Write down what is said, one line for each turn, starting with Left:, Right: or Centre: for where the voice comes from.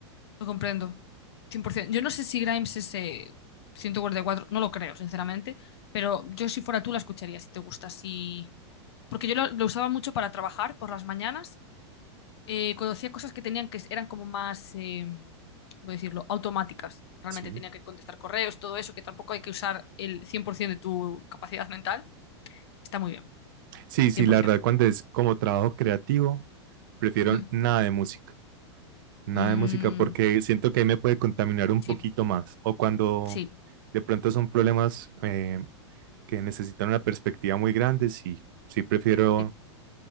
Left: Lo comprendo. 100%. Yo no sé si Grimes es eh, ciento cuarenta y cuatro no lo creo, sinceramente, pero yo si fuera tú la escucharía si te gusta, si... Porque yo lo, lo usaba mucho para trabajar por las mañanas eh, conocía cosas que tenían que eran como más, eh, voy a decirlo, automáticas. Realmente
Right: Sí.
Left: tenía que contestar correos, todo eso, que tampoco hay que usar el 100% de tu capacidad mental. Está muy bien,
Right: Sí, sí,
Left: 100%.
Right: la verdad, cuando es como trabajo creativo, prefiero
Left: Ujú.
Right: nada de música, nada
Left: Mm,
Right: de música, porque siento que ahí me puede contaminar un
Left: sí,
Right: poquito más. O cuando
Left: sí,
Right: de pronto son problemas eh, que necesitan una perspectiva muy grande, sí, sí prefiero
Left: sí.